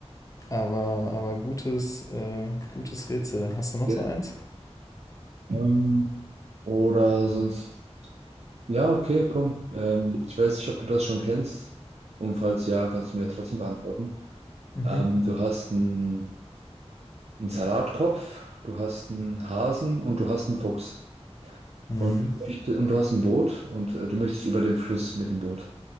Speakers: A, on the left (about 30°); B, on the right (about 75°).
A: Aber, aber gutes, äh, gutes Rätsel. Hast du noch
B: Gell?
A: so eins?
B: Ähm, oder sonst. Ja, okay, komm. Ähm, ich weiß nicht, ob du das schon kennst. Und falls ja, kannst du mir ja trotzdem beantworten.
A: Mhm.
B: Ähm, du hast einen, einen Salatkopf, du hast einen Hasen und du hast einen Fuchs.
A: Mhm.
B: Und, du möchte, und du hast ein Boot und äh, du möchtest über den Fluss mit dem Boot.